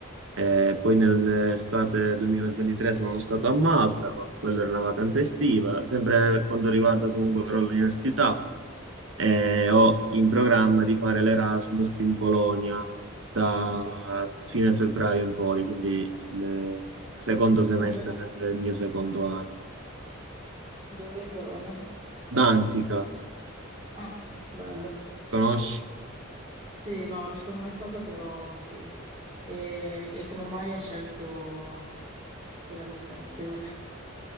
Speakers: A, on the right; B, on the right.
A: Eh, poi nell'estate 2023 sono stato a Malta, ma quella era una vacanza estiva, sempre per quanto riguarda comunque però l'università, eh, ho in programma di fare l'Erasmus in Polonia da
B: Ah,
A: fine febbraio in poi, quindi il secondo semestre
B: dove?
A: del mio secondo anno.
B: Dove in Polonia?
A: Danzica,
B: Ah, bello.
A: conosci?
B: Sì, no, non ci sono mai stata, però sì. E, e come mai hai scelto quella destinazione?